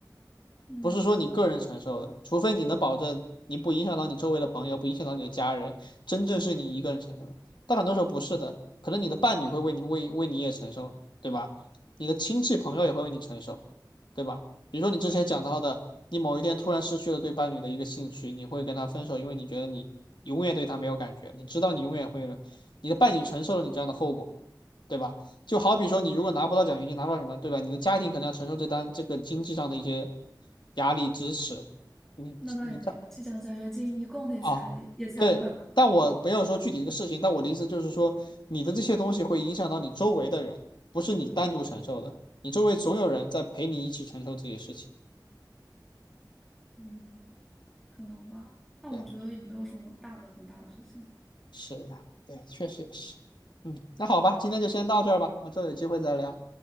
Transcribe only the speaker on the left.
不是说你个人承受的，除非你能保证你不影响到你周围的朋友，不影响到你的家人，真正是你一个人承受的但很多时候不是的，可能你的伴侣会为你为为你也承受，对吧？你的亲戚朋友也会为你承受，对吧？比如说你之前讲到的，你某一天突然失去了对伴侣的一个兴趣，你会跟他分手，因为你觉得你永远对他没有感觉，你知道你永远会了，你的伴侣承受了你这样的后果，对吧？就好比说，你如果拿不到奖学金，拿不到什么，对吧？你的家庭可能要承受这单这个经济上的一些压力支持，你你这
啊，对。但我没有说具体一个事情，但我的意思就是说，你的这些东西会影响到你周围的人，不是你单独承受的，你周围总有人在陪你一起承受这些事情。
对，是呀，对，确实也是。嗯，那好吧，今天就先到这儿吧，我们之后有机会再聊，